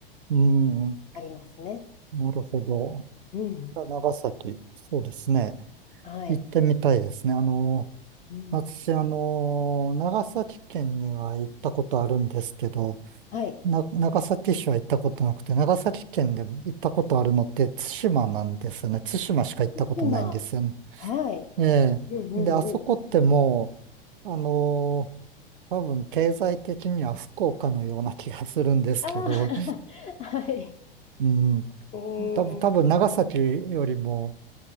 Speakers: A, on the right; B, on the left.
A: うん、
B: ありますね。
A: なるほど。
B: うん。
A: 長崎、そうですね。
B: はい。
A: 行ってみたいですね。あの、
B: うん。
A: 私、あの、長崎県には行ったことあるんですけど、
B: はい。
A: な、長崎市は行ったことなくて、長崎県で行ったことあるのって対馬なんですよね。対馬しか行ったことないんですよね。
B: 今、はい。
A: ええ。
B: うんうんうん。
A: で、あそこってもう、あの、多分経済的には福岡のような気がするんですけど、
B: ああ、<laughs> はい。
A: うん、
B: うーん。
A: 多分、多分長崎よりも、